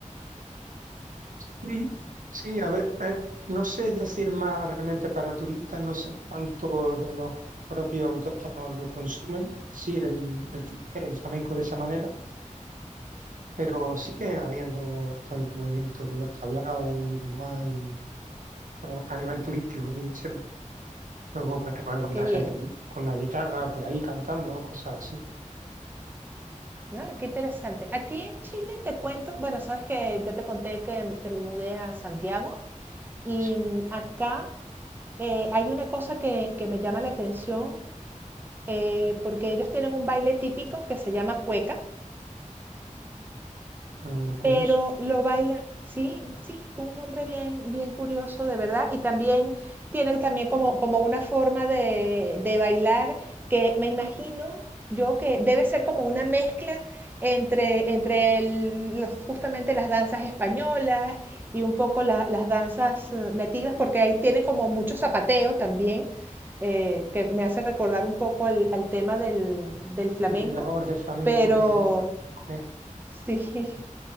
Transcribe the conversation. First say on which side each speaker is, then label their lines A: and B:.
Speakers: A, on the right; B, on the right.
A: Sí, sí, a ver, a ver, no sé ya si es más realmente para turistas, no sé cuánto de los propios autóctonos lo consumen, sí, el, el fl- el flamenco de esa manera, pero sigue habiendo bastante movimiento con los tablaos y demás, y bueno, a nivel turístico que yo sepa. Luego pues te puedes encontrar
B: Qué bien.
A: gente con una guitarra por ahí cantando, cosas así.
B: No, qué interesante. Aquí en Chile te cuento, bueno, sabes que yo te conté que, mm, que me mudé a Santiago y
A: Sí,
B: mm, acá eh, hay una cosa que, que me llama la atención eh, porque ellos tienen un baile típico que se llama cueca
A: un nombre curioso.
B: pero lo baila, sí, sí, un hombre bien, bien curioso, de verdad, y también tiene también como, como una forma de, de bailar que me imagino yo que debe ser como una mezcla entre, entre el- las- justamente las danzas españolas y un poco la- las danzas eh, nativas, porque ahí tiene como mucho zapateo también, eh, que me hace recordar un poco al, al tema del, del flamenco,
A: Un bailador de flamenco
B: pero
A: que es Corea.
B: sí. <laughs>